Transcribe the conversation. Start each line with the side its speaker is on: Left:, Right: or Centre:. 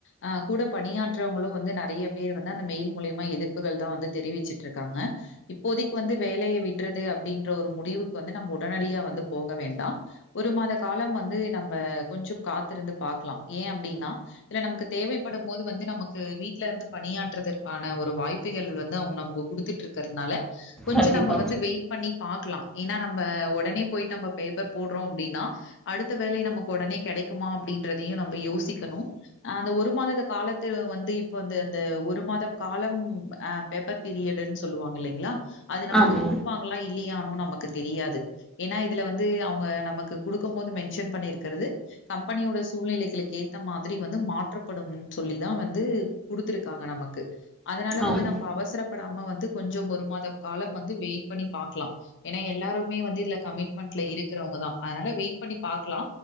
Left: அ கூட பணியாற்றவங்களு வந்து நறையப் பேர் வேனா அந்த மெயில் மூலியமா எதிர்ப்புகள் தா வந்து தெரிவிச்சிட்டு இருக்காங்க இப்போதிக்கு வந்து வேலய விட்றது அப்டின்ற ஒரு முடிவுக்கு வந்து நம்ம உடனடியா வந்து போக வேண்டா ஒரு மாத காலம் வந்து நம்ம கொஞ்சோ காத்திருந்து பாக்லா ஏ அப்டின்னா இல்ல நமக்கு தேவைப்படும் போது வந்து நமக்கு வீட்ல இருந்து பணியாற்றதற்கான ஒரு வாய்ப்புகள் வந்து அவுங்க நமக்கு குடுத்துட்ருக்கிறதுனால கொஞ்சோ
Centre: கண்டிப்பா
Left: நம்ம வந்து வெயிட் பண்ணி பாக்லா ஏன்னா ந நம்ப ஒடனே போய்ட்டு நம்ம பேப்பர் போட்றோ அப்டின்னா அடுத்த வேலை நமக்கு ஒடனே கெடைக்குமா அப்படின்றதையு நம்ம யோசிக் க்கணு ஆ அந்த ஒரு மாதத்த காலத்து வந்து இப்ப வந்து இந்த ஒரு மாத காலம் அ பேப்பர் பீரியடுன் சொல்லுவாங்க இல்லைங்களா அது நமக்கு
Centre: ஆமா
Left: குடுப்பாங்களா இல்லியா நோ நமக் க்கு தெரியாது ஏன்னா இதுல வந்து அவுங் க நமக்கு குடுக்கம் போது மென்ஷன் பண்ணிருக்கிறது கம்பெனியோட சூழ்நிலைகளுக்கு ஏத்த மாதிரி வந்து மாற்றப்படும் சொல்லிதா வந்து குடுத்துருக்காங்க நமக்கு அதனால
Centre: ஆமா
Left: வந்து நம்ம அவசரப் படாம வந்து கொஞ்சோ ஒரு மாத காலம் வந்து வெயிட் பண்ணி பாக்லா ஏன்னா எல்லாருமே வந்து இதுல கமிட்மெண்ட்ல இருக்கறவங்க தா அதனால வெயிட்பண்ணி பாக் க்லா